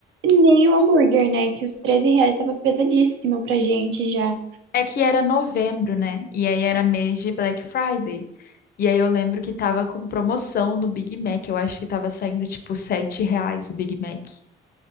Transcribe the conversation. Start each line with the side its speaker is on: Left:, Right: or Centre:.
Right: Nem o hambúrguer, né? Que os 13 reais tava pesadíssimo pra gente já.
Left: É que era novembro, né? E aí era mês de Black Friday. E aí eu lembro que tava com promoção no Big Mac. Eu acho que tava saindo tipo 7 reais o Big Mac.